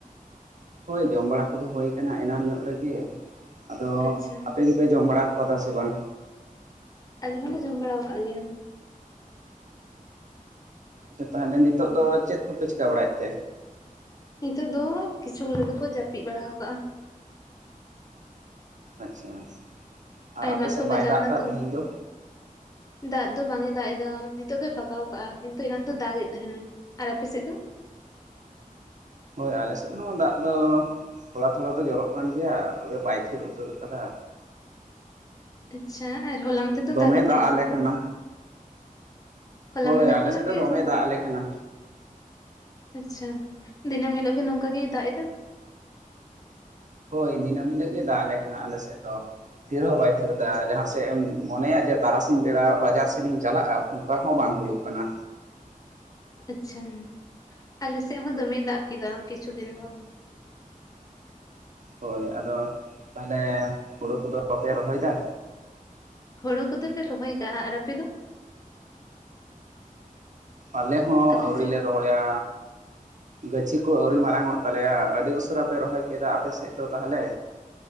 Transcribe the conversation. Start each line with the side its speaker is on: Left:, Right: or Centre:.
Right: ᱦᱳᱭ ᱡᱚᱢ ᱵᱟᱲᱟ ᱠᱚᱫᱚ ᱦᱳᱭ ᱠᱟᱱᱟ ᱮᱱᱟᱱᱝ ᱧᱚᱜ ᱨᱮᱜᱮ ᱟᱫᱚ
Left: ᱟᱪᱪᱷᱟ
Right: ᱟᱯᱮ ᱜᱮ? ᱯᱮ ᱡᱚᱢ ᱵᱟᱲᱟ ᱟᱠᱟᱫᱟ ᱥᱮ ᱵᱟᱝ?
Left: ᱟᱞᱮ ᱦᱚᱞᱮ ᱡᱚᱢ ᱵᱟᱲᱟ ᱟᱠᱟᱜ ᱜᱮᱭᱟ᱾
Right: ᱟᱪᱪᱷᱟ ᱛᱟᱦᱮᱞᱮ ᱱᱤᱛᱚᱜ ᱫᱚ ᱪᱮᱫ ᱠᱚᱯᱮ ᱪᱤᱠᱟᱹ ᱵᱟᱲᱟᱭᱮᱫ ᱛᱮ?
Left: ᱱᱤᱛᱚᱜ ᱫᱚ ᱠᱤᱪᱷᱩ ᱦᱚᱲ ᱫᱚᱠᱚ ᱡᱟᱹᱯᱤᱫ ᱵᱟᱲᱟ ᱟᱠᱟᱜᱼᱟ᱾
Right: ᱟᱪᱪᱷᱟ ᱟᱨ
Left: ᱟᱭᱢᱟ
Right: ᱟᱯᱮ ᱥᱮᱫ
Left: ᱠᱚ ᱵᱟᱡᱟᱣᱱᱟ
Right: ᱵᱟᱭ ᱫᱟᱜ ᱫᱟ
Left: ᱛᱚ
Right: ᱛᱮᱦᱮᱧ ᱫᱚ?
Left: ᱫᱟᱜ ᱫᱚ ᱵᱟᱝ ᱮ ᱫᱟᱜ ᱮᱫᱟ ᱱᱤᱛᱚᱜ ᱫᱚᱭ ᱯᱷᱟᱸᱠᱟᱣ ᱠᱟᱜᱼᱟ ᱠᱤᱱᱛᱩ ᱮᱱᱟᱱ ᱫᱚ ᱫᱟᱜ ᱮᱫ ᱛᱟᱦᱮᱸᱱᱟ᱾ ᱟᱨ ᱟᱯᱮ ᱥᱮᱫ ᱫᱚ?
Right: ᱦᱳᱭ ᱟᱞᱮᱥᱮᱫ ᱦᱚᱸ ᱫᱟᱜ ᱫᱚ ᱛᱷᱚᱲᱟ ᱛᱷᱚᱲᱟ ᱫᱚ ᱡᱚᱨᱚᱜ ᱠᱟᱱ ᱜᱮᱭᱟ ᱛᱚᱵᱮ ᱵᱟᱭ ᱛᱷᱤᱨ ᱩᱛᱟᱹᱨ ᱠᱟᱫᱟ᱾
Left: ᱟᱪᱪᱷᱟ ᱟᱨ ᱦᱚᱞᱟ ᱢᱟᱸᱫᱷᱮᱨ ᱫᱚ
Right: ᱫᱚᱢᱮ
Left: ᱫᱟᱜᱮᱫ ᱛᱟᱦᱮᱸᱜᱼᱟ
Right: ᱫᱟᱜ ᱟᱞᱮ
Left: ᱥᱮ ᱵᱟᱝ?
Right: ᱠᱟᱱᱟ
Left: ᱦᱚᱞᱟ
Right: ᱦᱳᱭ
Left: ᱢᱟᱫᱷᱮᱨ
Right: ᱟᱞᱮ
Left: ᱠᱷᱚᱱᱟᱜ
Right: ᱥᱮᱫ ᱫᱚ
Left: ᱜᱮ
Right: ᱫᱚᱢᱮ
Left: ᱥᱮ
Right: ᱫᱟᱜ ᱟᱞᱮ ᱠᱟᱱᱟ
Left: ᱟᱸᱪᱪᱷᱟ ᱫᱤᱱᱟᱹᱢ ᱦᱤᱞᱳᱜ ᱜᱮ ᱱᱚᱝᱠᱟ ᱜᱤᱭ ᱫᱟᱜ ᱮᱫᱟ?
Right: ᱦᱳᱭ ᱫᱤᱱᱟᱹᱢ ᱦᱤᱞᱳᱜ ᱜᱮ ᱫᱟᱜ ᱟᱞᱮ ᱠᱟᱱᱟ ᱟᱞᱮ ᱥᱮᱫ ᱫᱚ, ᱛᱷᱤᱨ ᱦᱚᱸ ᱵᱟᱭ ᱛᱷᱤᱨ ᱮᱫᱟ
Left: ᱟᱪᱪᱷᱟ
Right: ᱡᱟᱦᱟᱸ ᱥᱮᱜ ᱮᱢ ᱢᱚᱱᱮᱭᱟ ᱡᱮ ᱛᱟᱨᱟᱥᱤᱧ ᱵᱮᱲᱟ ᱵᱟᱡᱟᱨ ᱥᱮᱱ ᱤᱧ ᱪᱟᱞᱟᱜᱼᱟ, ᱚᱱᱠᱟ ᱦᱚᱸ ᱵᱟᱝ ᱦᱳᱭᱳᱜ ᱠᱟᱱᱟ᱾
Left: ᱟᱸᱪᱪᱷᱟᱸ ᱟᱞᱮ ᱥᱮᱜ ᱦᱚᱸ ᱫᱚᱢᱮᱭ ᱫᱟᱜ ᱠᱮᱫᱟ ᱠᱤᱪᱷᱩ ᱫᱤᱱ ᱫᱚ᱾
Right: ᱦᱳᱭ ᱟᱫᱚ ᱛᱟᱦᱚᱞᱮ ᱦᱳᱲᱳ ᱠᱚᱫᱚ ᱵᱟᱯᱮ ᱨᱚᱦᱚᱭᱮᱫᱟ?
Left: ᱦᱳᱲᱳ ᱠᱚᱫᱚᱞᱮ ᱨᱚᱦᱚᱭ ᱠᱟᱜᱼᱟ, ᱟᱨ ᱟᱯᱮ ᱫᱚ?
Right: ᱟᱞᱮ ᱦᱚᱸ
Left: ᱟᱯᱮ
Right: ᱟᱹᱣᱨᱤ
Left: ᱥᱮᱱ
Right: ᱞᱮ ᱨᱚᱦᱚᱭᱟ᱾ ᱜᱟᱹᱪᱷᱤ ᱠᱚ ᱟᱹᱣᱨᱤ ᱢᱟᱨᱟᱝᱼᱚᱜ ᱛᱟᱞᱮᱭᱟ᱾ ᱟᱹᱰᱤ ᱩᱥᱟᱹᱨᱟ ᱯᱮ ᱨᱚᱦᱚᱭ ᱠᱮᱫᱟ ᱟᱯᱮ ᱥᱮᱫ ᱫᱚ ᱛᱟᱦᱚᱞᱮ?